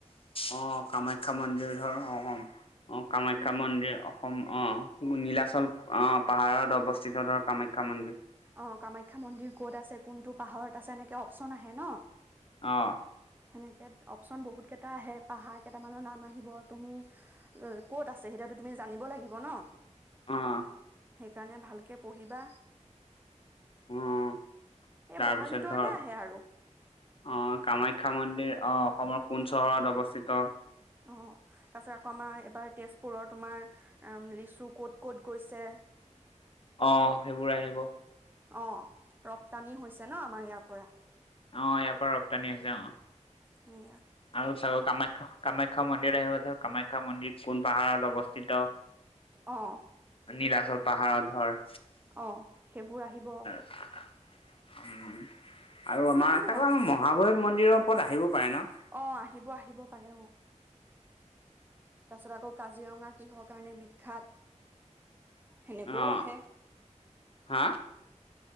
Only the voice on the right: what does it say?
উম,
অ', কামাখ্যা মন্দিৰ ক'ত আছে কোনটো পাহাৰত আছে এনেকৈ অপচন আহে ন'!
সেনেকে অপশচন বহুত কেইটা আহে, পাহাৰ কেইটামানৰ নাম আহিব তুমি ক'ত আছে সেইটো তুমি জানিব লাগিব ন,
সেইকাৰণে ভাল কে পঢ়িবা।
এই
পঢ়াৰ ভিতৰতে
আহে আৰু
অ', তাৰপিছত আকৌ আমাৰ এইবাৰ তেজপুৰৰ তোমাৰ লিচু ক'ত, ক'ত গৈছে।
অ', ৰপ্তানি হৈছে ন' আমাৰ ইয়াৰ পৰা।
সেয়া।
অ'।
অ', সেইবোৰ আহিব।
সেইবোৰ
আহিব
আৰু
অ', আহিব, আহিব পাৰে অ'। তাৰপিছত আকৌ কাজিৰঙা কিহৰ কাৰণে বিখ্যাত? সেনেকৈও
আহে